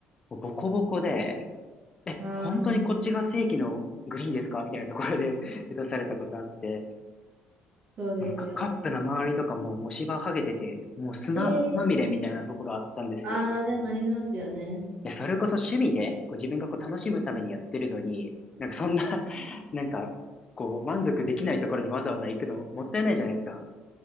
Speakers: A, on the left; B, on the right.
A: もうボコボコで、え、
B: ああ、
A: 本当にこっちが正規のグリーンですかみたいなところで <laughs> 打たされたことあって、
B: そうですよね。
A: もうなんかカップの周りとかももう芝剥げてて、もう砂まみれみたいなところあったんですよ。
B: ええああ、でもありますよね。
A: いや、それこそ趣味で、こう自分がこう楽しむためにやってるのに、なんかそんな <laughs> なんか、こう満足できないところにわざわざ行くのもったいないじゃないですか。